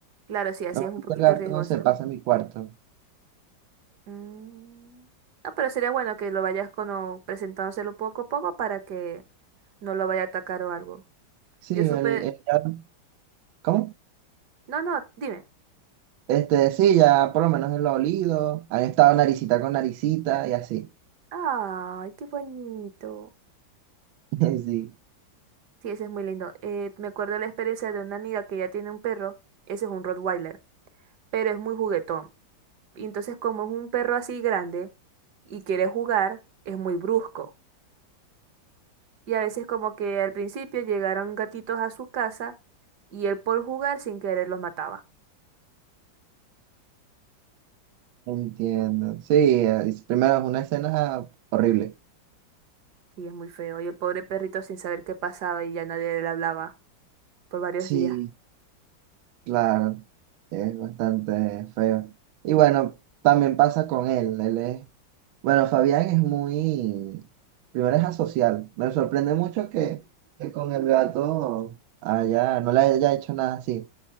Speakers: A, on the right (about 60°); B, on the right (about 90°).
A: Claro, sí, así
B: No,
A: es un poquito
B: el gato
A: riesgoso.
B: no se pasa en mi cuarto.
A: Mm, No, pero sería bueno que lo vayas como presentándoselo poco a poco para que no lo vaya a atacar o algo.
B: Sí,
A: Yo supe...
B: el, el gato. ¿Cómo?
A: No, no, dime.
B: Este, sí, ya por lo menos él lo ha olido, han estado naricita con naricita y así.
A: Ay, qué bonito.
B: <laughs> Sí,
A: Sí, ese es muy lindo. Eh, me acuerdo de la experiencia de una amiga que ya tiene un perro. Ese es un Rottweiler. pero es muy juguetón. Y entonces como es un perro así grande y quiere jugar, es muy brusco. Y a veces como que al principio llegaron gatitos a su casa y él por jugar sin querer los mataba.
B: entiendo. Sí, eh, es- primero es una escena horrible.
A: Sí, es muy feo. Y el pobre perrito sin saber qué pasaba y ya nadie le hablaba por varios
B: Sí,
A: días.
B: claro, es bastante feo. Y bueno, también pasa con él, él es, bueno, Fabián es muy, primero es asocial. Me sorprende mucho que, que con el gato haya, no le haya hecho nada así.